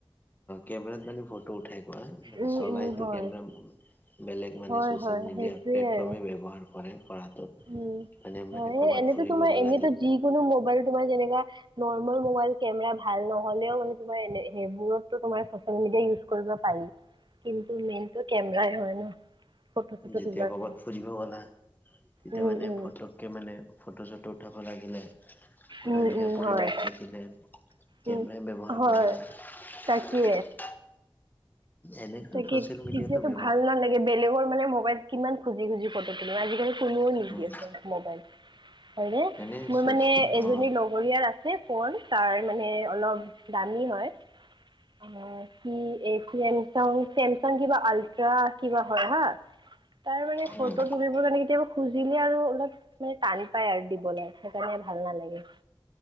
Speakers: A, on the left; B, on the right.
A: কেমেৰাত মানে ফটো উঠাই আৰু মানে
B: উম
A: চলাহটো
B: উম হয়
A: কেমেৰা বেলেগ মানে
B: হয়
A: ছ'চিয়েল
B: হয়
A: মিডিয়া
B: সেইটোয়ে
A: প্লেটফৰ্মেই
B: আৰু
A: ব্যৱহাৰ কৰে। কৰাটো
B: উম
A: মানে মানে
B: হয়
A: ক'ৰবাত
B: এনেতো
A: ফুৰিব
B: তোমাৰ
A: গ'লা
B: এনেতো যিকোনো মোবাইল তোমাৰ যেনেকা নৰ্মেল মোবাইল কেমেৰা ভাল নহ'লেও মানে তোমাৰ সেইবোৰতো তোমাৰ স ইউজ কৰিব পাৰি। কিন্তু মেইন কেমেৰাই হয় ন? ফটো চটো
A: যেতিয়া
B: তোলাৰ
A: কবাত
B: কাৰণে
A: ফুৰিব গ'লা। তেতিয়া
B: উম
A: মানে
B: উম
A: ফটকে মানে ফটো-চটো উঠাব লাগিলে ধুনীয়াা
B: উম উম
A: পৰিৱেশ
B: হয়
A: দেখিলে
B: উম
A: কেমেৰাই ব্যৱহাৰ
B: হয়
A: কৰা হয়।
B: তাকে
A: এনেতো
B: তাকে
A: ছ'চিয়েল মিডিয়াটো
B: তেতিয়াতো
A: ব্যৱহাৰ
B: ভাল নালাগে বেলেগৰ মানে মোবাইল কিমান খুজি খুজি ফটো তুলিম। আজিকালি কোনেও নিদিয়ে
A: উম
B: মোবাইল, হয়নে?
A: এনে
B: মোৰ
A: চচ
B: মানে এজনী
A: অ
B: লগৰীয়াৰ আছে ফোন। তাৰ মানে অলপ দামী হয়। অ কি এইতিএম চাও চেমচাং কিবা আল্ট্ৰা কিবা হয় হা। তাৰ মানে
A: উম
B: ফটো তুলিবৰ কাৰণে কেতিয়াবা খুজিলে আৰু অলপ মানে টান পায় আৰু দিবলৈ। সেইকাৰণে ভাল নালাগে।